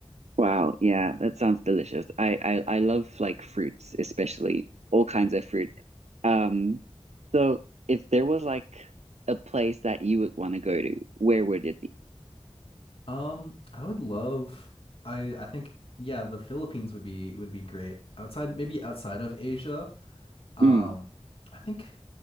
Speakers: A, on the right; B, on the left.
A: wow. Yeah, that sounds delicious. I I I love like fruits, especially all kinds
B: Mhm.
A: of fruit. Um so if there was like a place that you would want to go to, where would it be?
B: Um, I would love I I think yeah, the Philippines would be would be great. Outside maybe outside of Asia. Um,
A: Mm.
B: I think